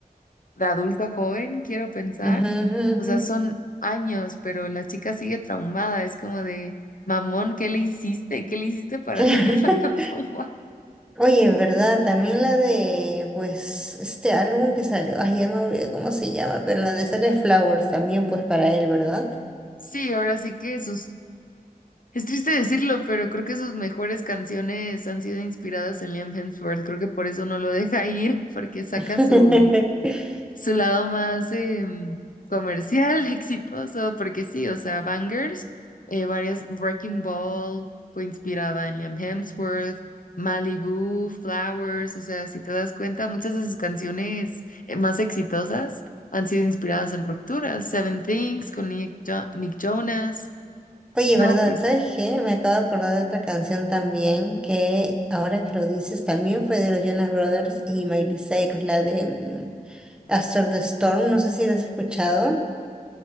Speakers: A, on the left; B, in the centre.
A: de adulto joven, quiero pensar.
B: ujú, ujú,
A: O
B: ujú.
A: sea, son años, pero la chica sigue traumada. Es como de, mamón, ¿qué le hiciste? ¿Qué le hiciste para
B: <laughs>
A: <laughs> tenerla tan traumada?
B: Oye, ¿verdad? También la de, pues, este álbum que salió, ay, ya me olvidé cómo se llama, pero la de Sale Flowers también, pues, para él, ¿verdad?
A: Sí, ahora sí que sus, es triste decirlo, pero creo que sus mejores canciones han sido inspiradas en Liam Hemsworth. Creo que por eso no lo deja ir, porque saca
B: <laughs>
A: su su lado más em, comercial, <laughs> exitoso, porque sí, o sea, Bangers, eh, varias, Wrecking Ball fue inspirada en Liam Hemsworth, Malibu, Flowers, o sea, si te das cuenta, muchas de sus canciones eh, más exitosas han sido inspiradas en rupturas, Seven Things con Nick, Jo- Nick Jonas,
B: Oye,
A: no,
B: ¿verdad?
A: pues,
B: ¿Sabes qué? Me acabo de acordar de otra canción también, que ahora que lo dices, también fue de los Jonas Brothers y Miley Cyrus, la de mm, After the Storm, no sé si la has escuchado.